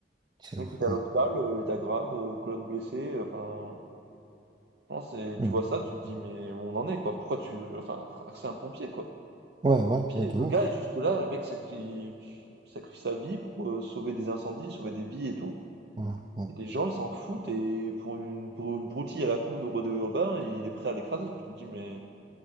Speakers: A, on the right; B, on the right.
A: c'est
B: Le
A: ouf,
B: mec était à
A: ouais.
B: l'hôpital, euh, était grave, euh, colonne blessée, euh, enfin. Non, c'est
A: Mm.
B: tu vois ça, tu te dis: «Mais où on en est, quoi? Pourquoi tu enfin, c'est un pompier, quoi».
A: Ouais, ouais,
B: Pompier,
A: ouais, de
B: le
A: ouf.
B: gars est juste là, le mec sacrifie sacrifie sa vie pour, heu, sauver des incendies, sauver des vies et tout
A: Ouais, ouais,
B: et les gens, ils s'en foutent et pour une brou broutille à la con de rodéo urbain, il est prêt à l'écraser. Tu te dis: «Mais